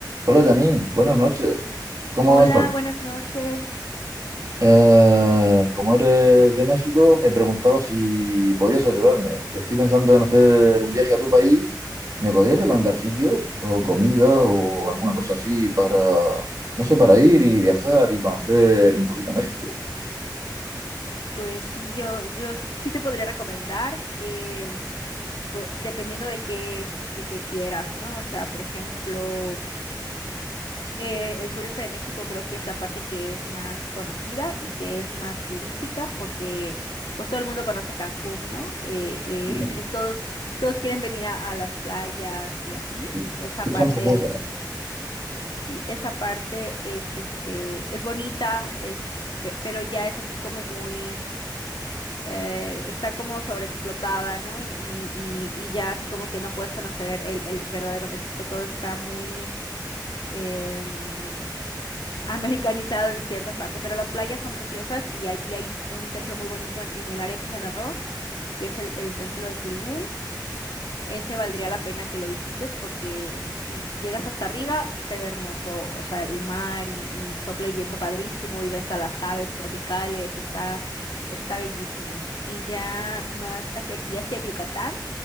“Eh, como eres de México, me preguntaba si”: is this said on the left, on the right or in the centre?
Right